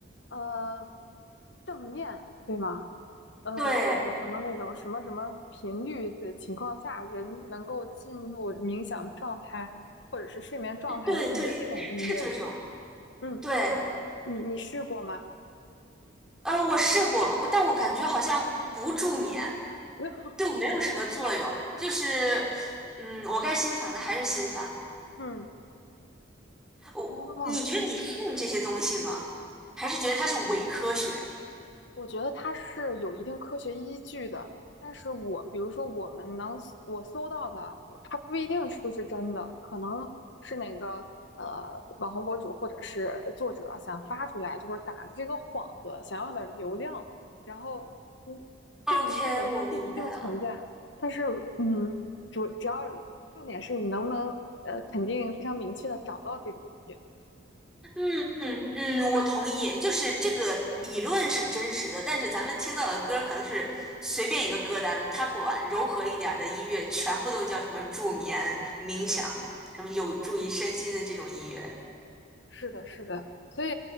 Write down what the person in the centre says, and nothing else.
对。
对对，
是这种。
对，
呃，我试过，但我感觉好像不助眠，
对我没有什么作用。就是，嗯，我该心烦的还是心烦。
我，
你觉得你信这些东西吗？还是觉得它是伪科学
？OK，
我明白了。
嗯嗯嗯，我同意，就是这个理论是真实的，但是咱们听到的歌可能就是随便一个歌单，它管柔和一点儿的音乐全部都叫什么助眠、冥想，什么有助于身心的这种音乐。